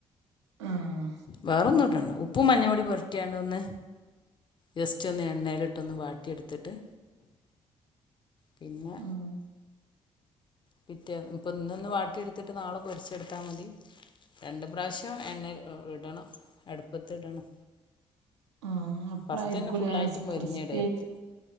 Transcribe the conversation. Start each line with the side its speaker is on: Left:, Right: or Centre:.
Right: ആഹ്
Left: വേറെന്നുടണ്ട ഉ പ്പും മഞ്ഞപൊടി പൊര്ട്ട്യാണ്ടൊന്ന് ജസ്റ്റ് ഒന്ന് എണ്ണേല്ട്ടൊന്ന് വാട്ടി ഇട്ത്തിട്ട് പിന്നെ
Right: ആഹ്
Left: പിറ്റേന്ന് ഇപ്പൊ ന്നൊന്ന് വാട്ടിയെടുത്തിട്ട് നാളെ പൊരിച്ചെട്ത്താ മതി രണ്ട് പ്രാവശ്യം എണ്ണേല് ഇടണം അട്പ്പത്ത് ടണം
Right: ആഹ് അപ്പളായിരിക്കൂലേ
Left: ഫസ്റ്റെന്നെ ഫുള്ളായ്ട്ട് മൊരിഞ്ഞിടേര്ത്
Right: ക്രിസ്പി ആയി